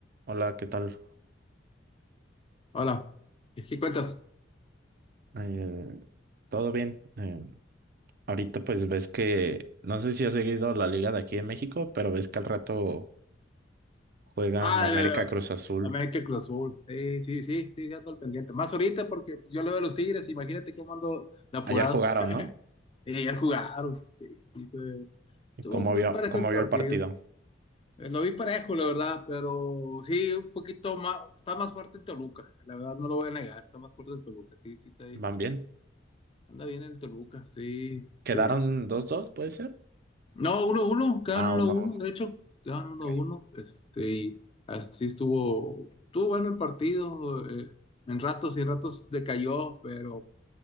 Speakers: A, on the right; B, on the left.
A: Hola, ¿qué tal?
B: Hola, ¿qué qué cuentas?
A: Eh, ¿todo bien? Eh, ahorita pues ves que, no sé si has seguido la liga de aquí de México, pero ves que al rato juegan
B: Ah,
A: América
B: eh,
A: Cruz
B: sí,
A: Azul.
B: América Cruz Azul. Sí, sí, sí, sí, sí, ando al pendiente. Más ahorita porque pues, yo le veo a los Tigres, imagínate cómo ando de apurado.
A: Ayer jugaron, ¿no?
B: Eh, ayer jugaron. sí, sí, fue- Estuvo
A: ¿Y ¿Cómo
B: muy
A: vio,
B: parejo
A: cómo
B: el partido.
A: vio el partido?
B: Eh, Lo vi parejo, la verdad, pero sí, un poquito más, está más fuerte el Toluca, la verdad no lo voy a negar, está más fuerte el Toluca, sí, sí, está ahí.
A: ¿Van bien?
B: Anda bien el Toluca, sí, este.
A: quedaron dos dos? puede ser?
B: No, uno uno quedan
A: Ah,
B: uno
A: uno,
B: uno
A: uno.
B: de hecho, quedan uno
A: ok.
B: uno este, y así estuvo, estuvo bueno el partido, eh, en ratos y en ratos decayó, pero